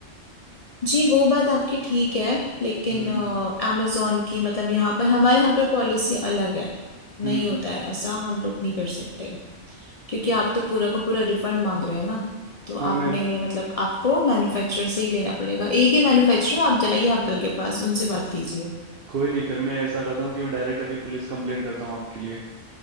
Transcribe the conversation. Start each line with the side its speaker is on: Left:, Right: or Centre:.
Left: जी वो बात आपकी ठीक है लेकिन
Right: हम्म
Left: अमेजोन की मतलब यहाँ पर हमारे यहाँ पे पॉलिसी अलग है
Right: हम्म
Left: नहीं होता है ऐसा हम लोग नहीं कर सकते क्योंकि आप तो पूरा का पूरा रिफंड मांग रहे हैं ना तो
Right: हाँ मैं
Left: आपने मतलब आपको मैन्युफैक्चरर से ही लेना पड़ेगा एक ही मैन्युफैक्चरर आप जाइए एप्पल के पास उनसे बात कीजिए
Right: कोई नहीं फिर मैं ऐसा करता हूँ कि मैं डायरेक्ट अभी पुलिस कंप्लेंट करता हूँ आपके लिए